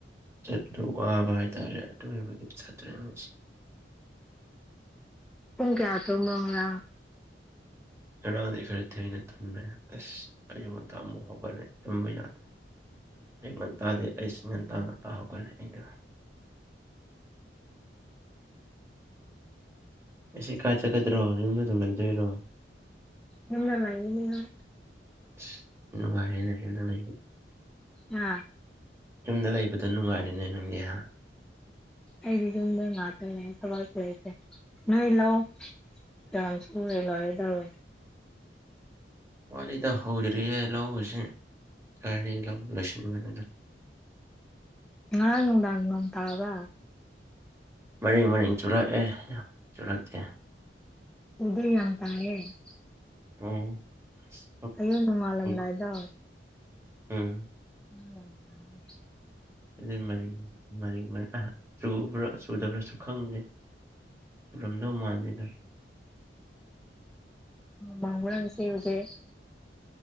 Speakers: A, on the right (about 15°); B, in the centre.
A: ꯆꯠꯄꯗꯨ ꯋꯥꯕ ꯍꯥꯏꯇꯥꯔꯦ ꯑꯗꯨꯏꯕꯨꯗꯤ ꯆꯠꯇ꯭ꯔꯦ ꯑꯁ
B: ꯄꯨꯡ ꯀꯌꯥ ꯇꯨꯝꯕ ꯉꯔꯥꯡ
A: ꯉꯔꯥꯡꯗꯤ ꯈꯔ ꯊꯦꯡꯅ ꯇꯨꯝꯃꯦ ꯑꯁ ꯑꯌꯨꯛ ꯉꯟꯇꯥ ꯑꯃꯨꯛ ꯍꯧꯒꯠꯂꯦ ꯇꯨꯝꯕ ꯌꯥꯗ꯭ꯔꯦ ꯑꯌꯨꯛ ꯉꯟꯇꯥꯗꯤ ꯑꯩꯁ ꯉꯟꯇꯥ ꯉꯟꯇꯥ ꯍꯧꯒꯠꯂꯦ ꯑꯩꯅ ꯉꯁꯤ ꯀꯥꯏ ꯆꯠꯀꯗ꯭ꯔꯣ ꯌꯨꯝꯗ ꯑꯗꯨꯝ ꯂꯩꯗꯣꯏꯔꯣ
B: ꯌꯨꯃꯗꯥ ꯂꯩꯅꯤ ꯍꯥꯏ
A: ꯑꯁ ꯅꯨꯉꯥꯏꯔꯦꯅꯦ ꯌꯨꯝꯗ ꯂꯩꯕ
B: ꯉꯥ
A: ꯌꯨꯝꯗ ꯂꯩꯕꯗꯨ ꯅꯨꯡꯉꯥꯏꯔꯦꯅꯦ ꯅꯪꯗꯤ ꯍꯥ
B: ꯑꯩꯗꯤ ꯌꯨꯝꯗ ꯉꯥꯛꯇꯅꯦ ꯊꯕꯛ ꯁꯨ ꯂꯩꯇꯦ ꯅꯣꯏ ꯂꯧ ꯆꯥꯟꯁ ꯄꯨꯍꯦ ꯂꯣꯏꯔꯦ ꯇꯧꯋꯦ
A: ꯋꯥꯠꯂꯤꯗ ꯍꯧꯗ꯭ꯔꯤꯌꯦ ꯂꯧꯒꯁꯤ ꯀꯥꯏꯗꯩ ꯂꯧ ꯂꫭꯏꯁꯤꯟꯕꯅꫭꯗ
B: ꯉꯔꯥꯡ ꯅꯨꯡꯗꯥꯡ ꯅꫭꯡ ꯇꯕ꯭ꯔꯥ
A: ꯃꯔꯤꯛ ꯃꯔꯤꯛ ꯆꯨꯔꯛꯑꯦ ꯌꯥꯝ ꯆꯨꯔꯛꯇꯦ
B: ꯎꯗꯔꯤ <unintelligible> ꯑꯇꯥꯌꯦꯦ
A: ꯎꯝ ꯁ
B: ꯑꯌꯨꯛ ꯅꯣꯡꯉꯥꯜꯂꯝꯗꯥꯏꯗꯣ
A: <unintelligible> ꯎꯝ
B: ꯎꯝ <unintelligible>
A: ꯑꯗꯨ ꯃꯔꯤꯔꯤ꯭ꯔꯥ <unintelligible> ꯆꯨꯗꯕ꯭ꯔꯥꯁꯨ ꯈꯪꯗꯦ ꯆꯨꯔꯝꯗꯧ ꯃꯥꯟꯗ‌ꯦꯗ
B: ꯃꯪꯅꯁꯗꯦ <unintelligible>